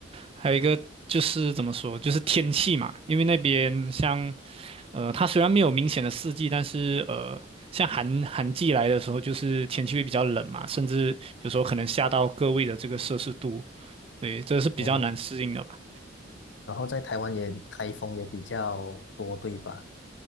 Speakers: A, on the right; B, on the left.
A: 还有一个就是怎么说，就是天气嘛，因为那边像呃，它虽然没有明显的四季，但是呃，像寒寒季来的时候，就是天气会比较冷嘛，甚至有时候可能下到个位的这个摄氏度，对，这是比较难适应的吧。
B: 哦，然后在台湾也台风也比较多，对吧？